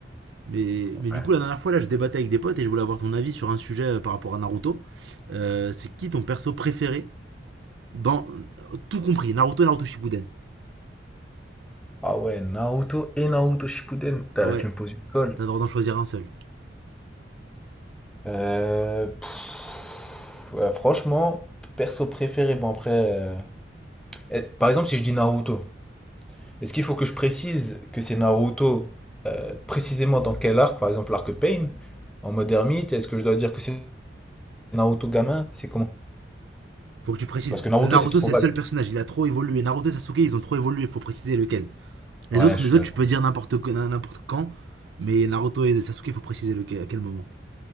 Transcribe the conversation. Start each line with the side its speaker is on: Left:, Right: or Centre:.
Right: Mais,
Centre: Ouais.
Right: mais du coup, la dernière fois, là, je débattais avec des potes et je voulais avoir ton avis sur un sujet euh, par rapport à Naruto. Euh, c'est qui ton perso préféré dans tout compris, Naruto et Naruto Shippuden
Centre: Ah ouais, Naruto et Naruto Shippuden. T'as-
Right: Ouais,
Centre: Tu me poses une colle.
Right: t'as le droit d'en choisir un seul.
Centre: Euh, pff, ouais, franchement, perso préféré, bon après... euh, eh, Par exemple, si je dis Naruto, est-ce qu'il faut que je précise que c'est Naruto euh, précisément dans quel arc, par exemple l'arc Pain, en mode ermite, est-ce que je dois dire que c'est Naruto gamin? C'est comment?
Right: Faut que tu précises.
Centre: Parce que Naruto,
Right: Naruto,
Centre: c'est trop
Right: c'est le
Centre: vague.
Right: seul personnage, il a trop évolué. Naruto et Sasuke, ils ont trop évolué, faut préciser lequel. Les
Centre: Ouais,
Right: autres,
Centre: je
Right: les
Centre: suis
Right: autres
Centre: d'accord.
Right: tu peux dire n'importe n'importe quand, mais Naruto et Sasuke, faut préciser lequel, à quel moment.